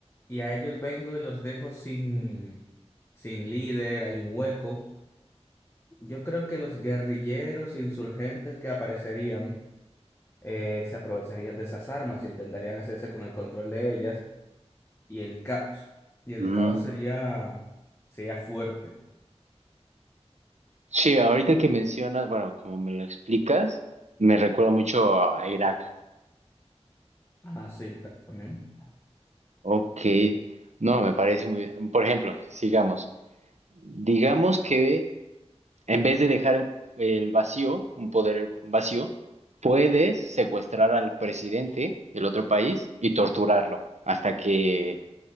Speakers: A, on the left; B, on the right.
A: y a ellos vengo y los dejo sin, sin líder, hay un hueco. Yo creo que los guerrilleros insurgentes que aparecerían eh, se aprovecharían de esas armas, intentarían hacerse con el control de ellas y el caos. Y el
B: Mm.
A: caos sería, sería fuerte.
B: Sí, ahorita que mencionas, bueno, como me lo explicas, me recuerda mucho a a Irak.
A: Ah, sí, ta- también.
B: Ok, no, me parece muy bien. Por ejemplo, sigamos. Digamos que en vez de dejar el, el vacío, un poder vacío, puedes secuestrar al presidente del otro país y torturarlo hasta que,